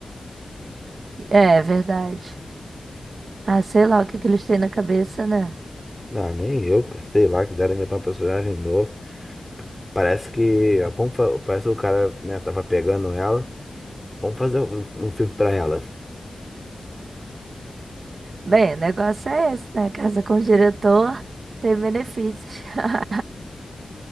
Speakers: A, on the right; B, in the centre.
A: É verdade. Ah, sei lá o que que eles têm na cabeça, né?
B: Não, nem eu, cara. Sei lá, quiseram inventar um personagem novo. Parece que, ah, vamos, fa- parece que o cara, né, tava pegando ela. Vamos fazer um um filme pra ela.
A: Bem, o negócio é esse, né? Casa com o diretor tem benefícios. <laughs>